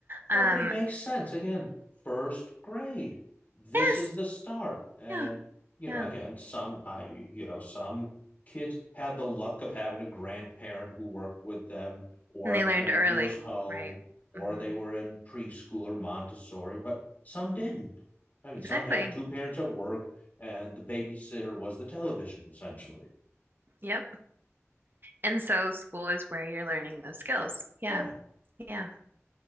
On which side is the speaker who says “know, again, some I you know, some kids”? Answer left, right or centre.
Left